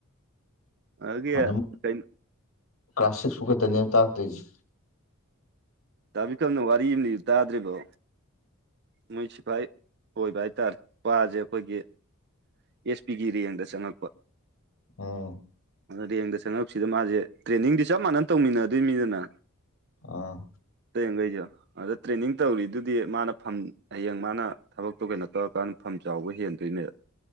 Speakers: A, on the right (about 50°); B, on the left (about 65°).
A: ꯑꯗꯒꯤ
B: ꯑꯗꯨꯝ
A: ꯀꯩ
B: ꯀ꯭ꯂꯥꯁ ꯁꯤꯛꯁ ꯐꯧ ꯈꯛꯇꯅꯦ ꯇꯥꯛꯇꯣꯏꯁꯦ
A: ꯗꯥ ꯕꯤꯀ꯭ꯔꯝꯅ ꯋꯥꯔꯤ ꯑꯃ ꯂꯤꯕꯗꯨ ꯇꯥꯗ꯭ꯔꯤꯕꯣ ꯃꯣꯏ ꯁꯤꯐꯥꯏ ꯑꯣꯏꯕ ꯍꯥꯏꯇꯥꯔꯦ ꯃꯁꯦ ꯑꯩꯈꯣꯏꯒꯤ ꯑꯦꯁ ꯄꯤꯒꯤ ꯔꯦꯡꯗ ꯆꯪꯉꯛꯄ
B: ꯑꯣ
A: ꯔꯦꯡꯗ ꯆꯪꯉꯛꯄꯁꯤꯗ ꯃꯥꯁꯦ ꯇ꯭ꯔꯦꯟꯅꯤꯡꯗꯤ ꯆꯞ ꯃꯥꯟꯅ ꯇꯧꯃꯤꯟꯅꯗꯣꯏꯅꯤꯗꯅ
B: ꯑꯥ
A: ꯇꯦꯡꯈꯩꯁꯨ ꯑꯗ ꯇ꯭ꯔꯦꯟꯅꯤꯡ ꯇꯧꯔꯤꯗꯨꯗꯤ ꯃꯥꯅ ꯐ ꯍꯌꯦꯡ ꯃꯥꯅ ꯊꯕꯛꯇꯣ ꯀꯩꯅꯣ ꯇꯧꯔꯀꯥꯟꯗ ꯐꯝ ꯆꯥꯎꯕ ꯍꯦꯟꯗꯣꯏꯅꯦꯕ